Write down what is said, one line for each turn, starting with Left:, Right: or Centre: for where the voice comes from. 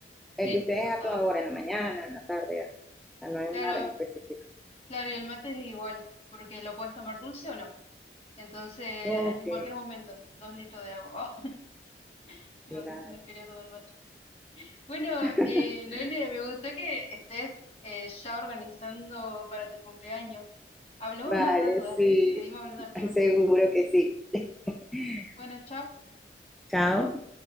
Centre: El
Left: Sí,
Centre: de ustedes
Left: a toda
Centre: a toda
Left: hora.
Centre: hora, en la mañana, en la tarde, no hay
Left: Claro,
Centre: una hora en específica.
Left: claro, y el mate es igual, porque lo puedes tomar dulce o no. Entonces, en
Centre: Ok,
Left: cualquier momento, dos litros de agua. <laughs> no,
Centre: claro.
Left: sé si no quería tomar mate. Bueno,
Centre: <laughs>
Left: eh, Noelia, me gustó que estés eh, ya organizando para tu cumpleaños. Hablamos
Centre: Vale,
Left: más rato, dale.
Centre: sí,
Left: Seguimos hablando del tema.
Centre: seguro que sí. <laughs>
Left: Bueno, chao.
Centre: Chao.